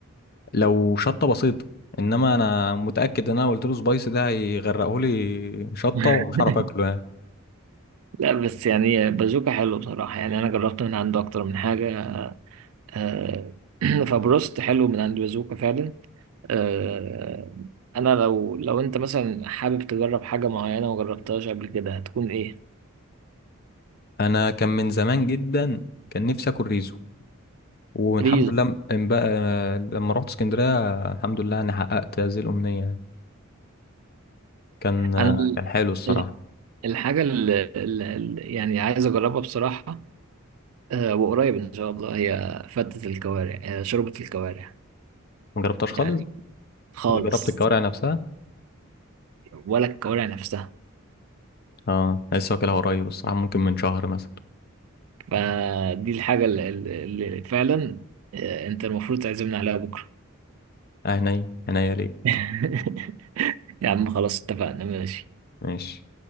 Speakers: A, on the left; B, on the right.
A: لو شطه بسيطه انما انا متاكد ان انا قلت له سبايسي ده هيغرقه لي شطه
B: <laughs>
A: ومش هعرف اكله يعني
B: لا بس يعني بازوكا حلو بصراحة يعني أنا جربت من عنده أكتر من حاجة آه، <clears throat> فبروست حلو من عند بازوكا فعلا آه، انا لو لو انت مثلا حابب تجرب حاجه معينه وجربتهاش قبل كده هتكون ايه
A: انا كان من زمان جدا كان نفسي اكل ريزو والحمد
B: ريز
A: لله م- ام بقى لما رحت اسكندريه الحمد لله انا حققت هذه الامنيه يعني كان
B: انا ال-
A: كان حلو الصراحه
B: ال- الحاجه اللي اللي- يعني عايز اجربها بصراحه آه، وقريب ان شاء الله هي فتة الكوارع آه، شوربه الكوارع
A: ما جربتهاش خالص
B: يعني خالص
A: ولا جربت الكوارع نفسها
B: ولا الكوارع نفسها
A: اه لسه واكلها قريب الصراحه ممكن من شهر مثلا
B: فدي الحاجه اللي, اللي اللي فعلا آه، انت المفروض تعزمنا عليها بكره
A: اه هني هني ليه
B: <laughs> يا عم خلاص اتفقنا ماشي
A: ماشي